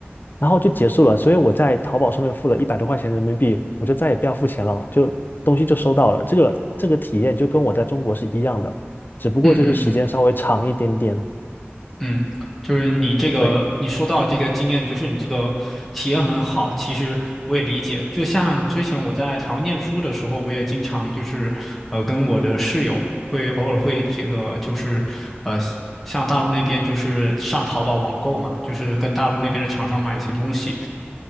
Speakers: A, on the left; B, in the centre.
A: 然后就结束了。所以我在淘宝上面付了一百多块钱人民币，我就再也不要付钱了，就东西就收到了。这个这个体验就跟我在中国是一样的，只不过就是时间稍微长一点点。
B: 嗯嗯嗯。嗯，就是你这个，
A: 对。
B: 你说到这个经验，就是你这个体验很好。其实我也理解，就像之前我在台湾念书的时候，我也经常就是，呃，跟我的室友会偶尔会这个就是，呃，像大陆那边就是上淘宝网购嘛，就是跟大陆那边的厂商买一些东西。